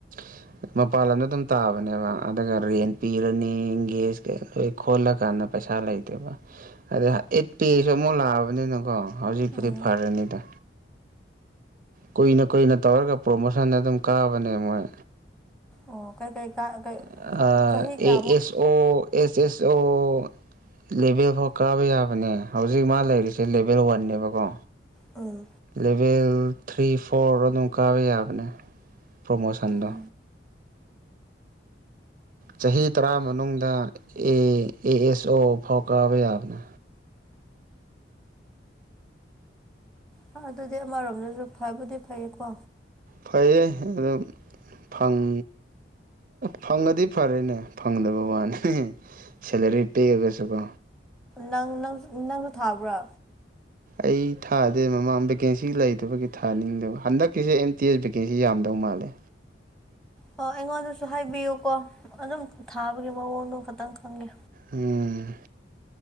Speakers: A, on the right; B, in the centre.
A: <inaudible> ꯃꯄꯥꯟ ꯂꯝꯗ ꯑꯗꯨꯝ ꯇꯥꯕꯅꯦꯕ ꯑꯗꯨꯒ ꯔꯦꯟ ꯄꯤꯔꯅꯤ ꯏꯪꯒꯦꯁ ꯀꯩ ꯂꯣꯏ ꯈꯣꯜꯂꯀꯥꯟꯗ ꯄꯩꯁꯥ ꯂꯩ ꯀꯩꯕ ꯑꯗꯩ ꯑꯦꯠ ꯄꯦꯁꯨ ꯑꯃꯨꯛ ꯂꯥꯛꯑꯕꯅꯤꯅꯀꯣ ꯍꯧꯖꯤꯛꯄꯨꯗꯤ
B: ꯎꯝ
A: ꯐꯔꯅꯤꯗ ꯀꯨꯏꯅ ꯀꯨꯏꯅ ꯇꯧꯔꯒ ꯄ꯭ꯔꯣꯃꯣꯁꯟ ꯑꯗꯨꯝ ꯀꯥꯕꯅꯦ ꯃꯣꯏ
B: ꯑꯣ ꯀꯩ ꯀꯩ ꯀꯥ ꯀꯩ
A: ꯑꯦ
B: ꯆꯍꯤ ꯀꯌꯥꯃꯨꯛ
A: ꯑꯦꯁ ꯑꯣ ꯑꯦꯁ ꯑꯦꯁ ꯑꯣ ꯂꯦꯚꯦꯜ ꯐꯣꯎ ꯀꯥꯕ ꯌꯥꯕꯅꯦ ꯍꯧꯖꯤꯛ ꯃꯥ ꯂꯩꯔꯤꯁꯦ ꯂꯦꯚꯦꯜ ꯋꯥꯟꯅꯦꯕꯀꯣ
B: ꯑꯥ
A: ꯂꯦꯚꯦꯜ ꯊ꯭ꯔꯤ ꯐꯣꯔ ꯑꯗꯨꯝ ꯀꯥꯕ ꯌꯥꯕꯅꯦ ꯄ꯭ꯔꯣꯃꯣꯁꯟꯗꯣ
B: ꯎꯝ
A: ꯆꯍꯤ ꯇꯔꯥ ꯃꯅꯨꯡꯗ ꯑꯦ ꯑꯦ ꯑꯦꯁ ꯑꯣ ꯐꯥꯎ ꯀꯥꯕ ꯌꯥꯕꯅꯦ
B: ꯑꯣ ꯑꯗꯨꯗꯤ ꯑꯃꯔꯣꯝꯗꯖꯨ ꯐꯕꯨꯗꯤ ꯐꯩꯌꯦꯀꯣ
A: ꯐꯩꯌꯦ ꯑꯗꯨꯝ ꯐꯪ ꯐꯪꯉꯗꯤ ꯐꯔꯦꯅꯦ ꯐꯪꯗꯕ ꯋꯥꯅꯤ ꯁꯦꯂꯔꯤ ꯄꯤꯛꯑꯒꯁꯨꯀꯣ
B: ꯅꯪ ꯅꯪꯁꯨ ꯅꯪꯁꯨ ꯊꯥꯕ꯭ꯔꯥ
A: ꯑꯩ ꯊꯥꯗꯦ ꯃꯃꯥꯡ ꯚꯦꯀꯦꯟꯁꯤ ꯂꯩꯇꯕꯒꯤ ꯊꯥꯅꯤꯡꯗꯕ ꯍꯟꯗꯛꯀꯤꯁꯦ ꯑꯦꯝ ꯇꯤ ꯑꯦꯁ ꯚꯦꯀꯦꯟꯁꯤ ꯌꯥꯝꯗꯧ ꯃꯥꯜꯂꯦ
B: ꯑꯣ ꯑꯩꯉꯣꯟꯗꯁꯨ ꯍꯥꯏꯕꯤꯌꯨꯀꯣ ꯑꯗꯨꯝ ꯊꯥꯕꯒꯤ ꯃꯑꯣꯡꯗꯣ ꯈꯇꯪ ꯈꯪꯒꯦ
A: ꯎꯝ